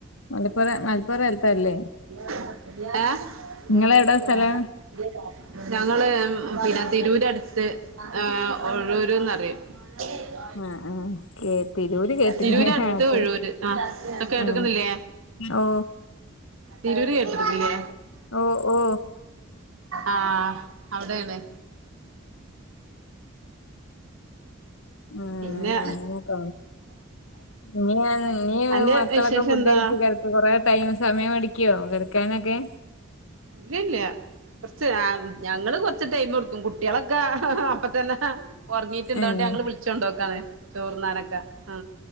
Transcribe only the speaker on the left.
മലപ്പുറം മലപ്പുറത്തല്ലേ
നിങ്ങളെവിടാ സ്ഥലം
ആ ആ കേ തിരൂര് കേട്ട്
ഹ ഹ
ആ ഓ
ഓ ഓ
ആ ആ
അങ്ങനൊക്ക നീ നീ
മക്കളൊക്കെ
ഫുഡ്
കഴിച് കേക്ക കുറെ ടൈം സമയടിക്കോ കിടക്കാനൊക്കെ
ഏഹ്